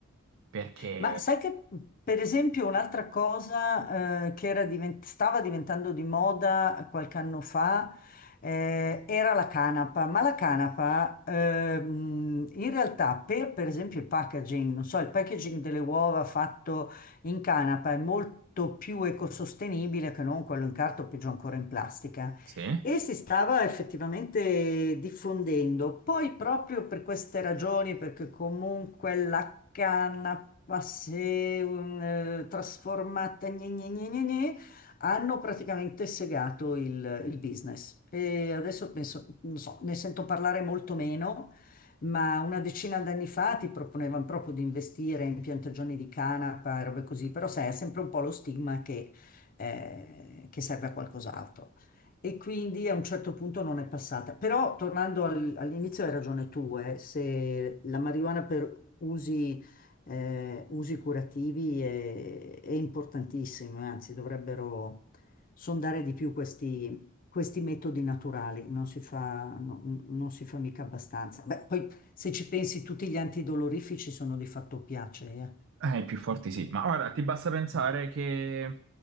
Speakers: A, on the right (about 60°); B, on the left (about 40°).
A: Perché?
B: Ma sai che, per esempio, un'altra cosa eh, che era divent- stava diventando di moda qualche anno fa eh, era la canapa, ma la canapa ehm, in realtà per, per esempio, il packaging, non so, il packaging delle uova fatto in canapa è molto più ecosostenibile che non quello in carta o peggio ancora in plastica.
A: Sì?
B: E si stava effettivamente diffondendo. Poi proprio per queste ragioni, perché comunque la canapa acqua, se um, eh, trasformata, gne, gne, gne, gne, gne, hanno praticamente segato il, il business. E adesso penso, non so, ne sento parlare molto meno, ma una decina d'anni fa ti proponevano proprio di investire in piantagioni di canapa e robe così, però sai, è sempre un po' lo stigma che, eh, che serve a qualcos'altro e quindi a un certo punto non è passata. Però tornando al- all'inizio hai ragione tu, eh, se la marijuana per usi eh, usi curativi è, è importantissimo, e anzi dovrebbero sondare di più questi, questi metodi naturali, non si fa, no- non si fa mica abbastanza. Beh, poi se ci pensi tutti gli antidolorifici sono di fatto piacee.
A: Eh, i più forti sì, ma ora ti basta pensare
B: eh.
A: che